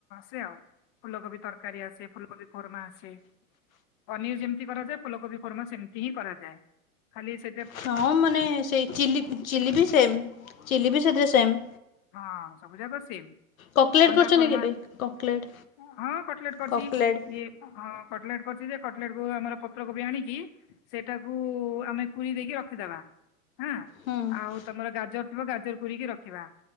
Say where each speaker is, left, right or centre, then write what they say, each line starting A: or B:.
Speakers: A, on the left; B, on the left.
A: ସେ ଆଉ ଫୁଲକୋବି ତରକାରୀ ଆସେ, ଫୁଲକୋବି କୋରମା ଆସେ। ପନିର ଯେମିତି କରାଯାଏ, ଫୁଲକୋବି ଫର୍ମା ସେମିତି ହିଁ କରାଯାଏ, ଖାଲି ସେ
B: ହଁ ମାନେ ସେଇ ଚି ଚିଲି ବି ସେମ ଚିଲି ବି ସେଥିରେ ସେମ୍
A: ହଁ ସବୁ ଜାକ ସେମ୍।
B: କକଲେଟ୍
A: ଅଣ୍ଡା
B: କରିଛନ୍ତି
A: ଖୋରମାଁ,
B: କେବେ କକଲେଟ୍
A: ହଁ କଟଲେଟ କରିଛି
B: କକଲେଟ୍
A: ଇଏ ହଁ କଟଲେଟ୍ କରିଛି ଯେ- କଟଲେଟ କୁ ଆମର ପତ୍ରକୋବି ଆଣିକି ସେଟାକୁ ଆମେ କୁରି ଦେଇକି ରଖିଦବା ହଁ
B: ହୁଁ
A: ଆଉ ତମର ଗାଜର ଥିବ ଗାଜର କୁିରିକି ରଖିବା